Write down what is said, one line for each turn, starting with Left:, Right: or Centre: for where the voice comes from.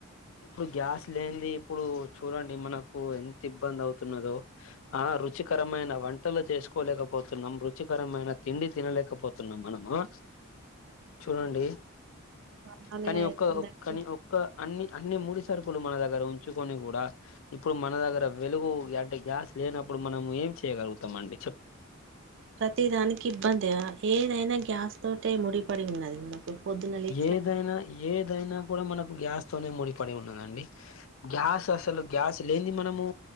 Left: ఇప్పుడు గ్యాస్ లేనిది ఇప్పుడు చూడండి మనకు ఎంత ఇబ్బంది అవుతున్నదో ఆ రుచికరమైన వంటలు చేసుకోలేకపోతున్నాం రుచికరమైన తిండి తినలేకపోతున్నాం మనము ఆ, చూడండి
Right: అలానే
Left: కానీ
Right: అవుతుందండి
Left: ఒక్కకానీ ఒక్క అన్ని అన్ని మూడి సరుకులు మన దగ్గర ఉంచుకొని కూడా ఇప్పుడు మన దగ్గర వెలుగు అంటే గ్యాస్ లేనప్పుడు మనం ఏం చేయ్యగలుగుతామండి చెప్పండి,
Right: ప్రతి దానికి ఇబ్బంది ఏదైనా గ్యాస్ తోటే ముడిపడి ఉన్నది మనకు పొద్దున లేచిన
Left: ఏదైనా ఏదైనా కూడా మనకు గ్యాస్ తోనే ముడిపడి ఉన్నదండి గ్యాస్ అసలు గ్యాస్ లేని మనము